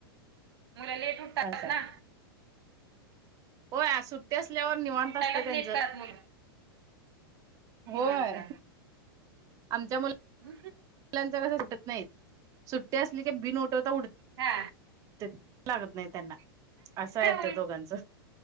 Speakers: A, on the right (about 80°); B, on the right (about 25°).
A: मुलं लेट उठतात
B: असं
A: ना.
B: आहे. होय, आज सुट्टी असल्यावर निवांत
A: उठायलाच
B: असतं त्यांचं.
A: लेट करतात मुलं निवांत.
B: होय आमच्या मु मुलांचा
A: हा
B: कस उठत नाहीत. सुट्टी असली की बिन उठवता उठ
A: हा.
B: ते लागत नाही त्यांना असं आहे ते
A: उल
B: त्या दोघांचं.